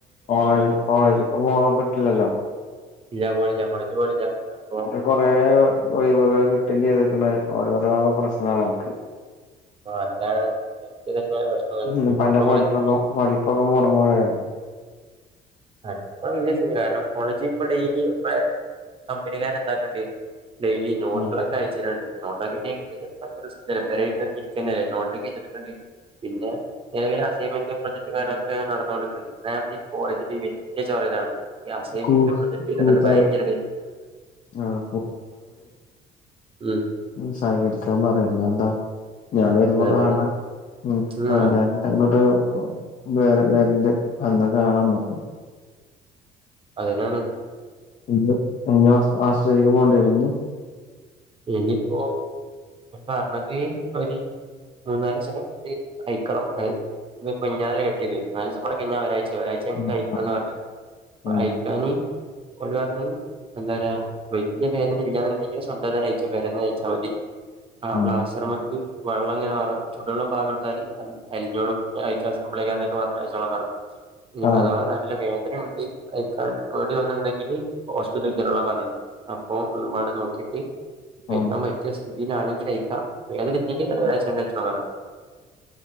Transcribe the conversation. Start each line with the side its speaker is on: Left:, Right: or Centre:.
Left: കോളേജ കോളേജിലൊക്കെ പോകാൻ പറ്റില്ലല്ലോ
Right: ഇല്ലാ പോയി ല്ലകൊളജ് പോയി ല്ല അപ്പോ
Left: കൊറെ ഒഴിവുകൾ കിട്ടുകയും ചെയ്തിട്ടണ് ഓരോരോ പ്രശ്നാണ്നിക്ക്
Right: അതാണ് ഒക്കെ തന്നെയാണ് പ്രശ്നങ്ങൾ
Left: ന്റെ
Right: ഇപ്പൊ
Left: പഠിപ്പെ
Right: കോളേജ്
Left: പഠിപ്പൊക്കെ മുടങ്ങുല്ലേ
Right: ഇപ്പൊ വല്യ സീന കോളേജ് ഇപ്പൊ ഡെയിലി കമ്പനിക്കാര എന്താക്കണ്ട ഡെയിലി നോട്ട്
Left: ആഹ്
Right: അയ്ച്ചതാരുണ്ട് നോട്ടൊക്കെപിന്നെ എഴുതി എടുക്കാൻ റെസ്ക് തന്നെ നോട്ടെക്കണ്ട് പിന്നെ നിലവിലെ അസൈൻമെന്റും പ്രൊജക്ടും കാര്യങ്ങളൊക്കെ നടന്നുകൊണ്ടിക ന്നുണ്ട് ഈ കോളേജ <unintelligible> ഈ അസൈമെന്റ്
Left: കൂ
Right: പ്രൊജക്റ്റ് ഇതൊക്ക
Left: കൂട്ടാരം
Right: ഭയങ്കര <unintelligible>
Left: ആഹ്
Right: ഉം
Left: ഉ സഹകരിക്കാൻ പറയാല്ലോ എന്താ ഞാൻ വരുമ്പോ
Right: അതന്നെ
Left: കാണാൻഞാൻ
Right: ആഹ്
Left: അങ്ങോട്ട് വ വരണ്ട് അന്നൊ കാണാൻ വന്നു
Right: അതനാണ്
Left: ഇന്ന് ഇന്ന് ഹോസ്റ്റലിലേക്ക് പോണ്ടിരുന്നു
Right: ഇനിയിപ്പോ പറഞ്ഞത് ഒരു മൂന്നല് <unintelligible> അയക്കണം അത് ഇ പൊഞ്ഞാലല്ല കെട്ടിയത് നാല്സടെ കഴിഞ്ഞ ഒരാഴ്ച ഒരാഴ്ച എന്ന്
Left: ആഹ് ആഹ്
Right: പറ
Left: ഉം
Right: ഇനി ഒഴിവു വരണം <unintelligible> വലിയ വേദന ഇല്ലന്ന് ഉണ്ടെങ്കിൽ ഇ നയിച്ചു പരന്ന് നയിച്ചാൽ മതി ആ
Left: ഉം
Right: പ്ലാസർ മാ വെള്ളംങ്ങനെ മാറ ചുടു വെള്ള പാകെടുത്താല് അലിഞ്ഞോളും അഴിക്കാൻ സിംപിൾ ആ അഴിച്ചോളാൻ പറഞ്ഞു ഇനിപ്പ
Left: ആഹ്
Right: അഥവാ നല്ല വേദന ഉണ്ട് അഴിക്കാൻ പേടി ഉണ്ടെങ്കില് ഹോസ്പിറ്റലിൽ ചെല്ലണോന്ന് പറഞ്ഞണ്ട് അപ്പൊ ഒനമ്മടെ നോക്കിട്ട് അഴിക്കാൻ
Left: ആഹ്
Right: പറ്റിയ സ്ഥിതിയിലാണെങ്കിലെ അയിക്കാം വേദന ഇല്ലെങ്കിലേ അയച്ച് തറ പറ